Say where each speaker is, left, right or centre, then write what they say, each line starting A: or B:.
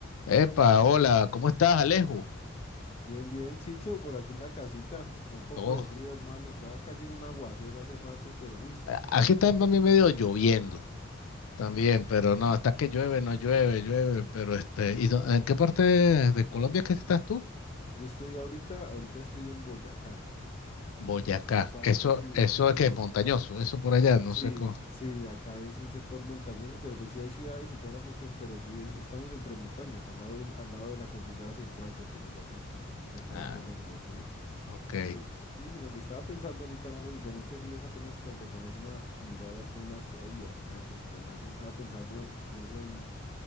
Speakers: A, on the left; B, on the left.
A: Epa, hola, ¿cómo estás, Alejo?
B: Bien, bien, Chicho, por aquí en la casita, con un poco
A: Oh,
B: de frío, hermano, estaba cayendo un aguacero hace rato, pero uy,
A: a- aquí está también medio lloviendo también, pero no, está que llueve, no llueve, llueve, pero este, ¿y dó- en qué parte de Colombia es que estás tú?
B: yo estoy ahorita, ahorita estoy en Boyacá,
A: Boyacá.
B: es una parte,
A: Eso,
B: sí,
A: eso es que es montañoso, eso por allá, no
B: sí,
A: sé cómo.
B: sí, acá es un sector montañoso, pero pues sí hay ciudades y toda la cuestión, pero sí es, estamos entre montañas, al lado de, un- al lado de la cordillera central, por decirlo así, de acá
A: Ah,
B: de Colombia, sí,
A: ok.
B: Eh, sí, sino que estaba pensando ahorita, mano, que con este frío es apenas como para ponerse una, a mirar alguna serie, alguna cuestión así, estaba pensando incluso en